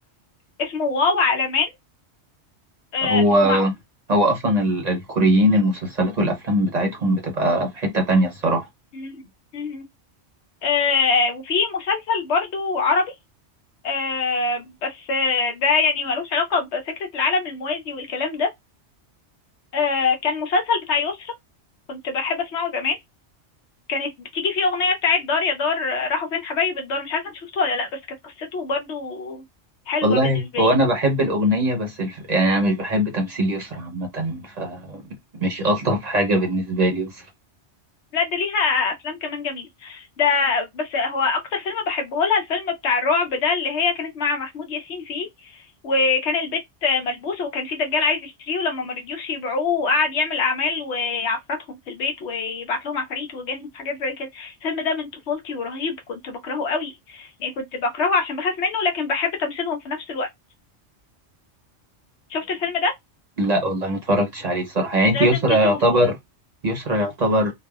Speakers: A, on the left; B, on the right.
A: اسمه واو على من آه،
B: هو
A: تسمعه
B: هو أصلا ال- الكوريين المسلسلات والأفلام بتاعتهم بتبقى في حتة تانية الصراحة
A: مم، مم. آه، وفي مسلسل برضو عربي آه بس آه، ده يعني ملوش علاقة بفكرة العالم الموازي والكلام ده آه كان مسلسل بتاع يسرا كنت بحب اسمعه زمان كانت بتيجي فيه أغنية بتاعت دار يا دار آه، راحوا فين حبايب الدار مش عارفة انت شفته ولا لأ بس كانت قصته برضو حلوة
B: والله
A: بالنسبة
B: هو
A: لي
B: أنا بحب الأغنية بس الف... يعني أنا مش بحب تمثيل يسرا عامة فمش ألطف حاجة بالنسبة لي يسرا
A: لا ده ليها افلام كمان جميله ده بس هو اكتر فيلم بحبه لها الفيلم بتاع الرعب ده اللي هي كانت مع محمود ياسين فيه وكان البيت ملبوس وكان في دجال عايز يشتريه ولما مرضيوش يبيعوه وقعد يعمل اعمال ويعفرتهم في البيت ويبعت لهم عفاريت وجن وحاجات زي كده الفيلم ده من طفولتي ورهيب كنت بكرهه قوي يعني كنت بكرهه عشان بخاف منه لكن بحب تمثيلهم في نفس الوقت شفت الفيلم ده
B: لا والله ما اتفرجتش عليه الصراحة يعني أنت
A: لازم
B: يسرا
A: تشوفه
B: يعتبر يسرا يعتبر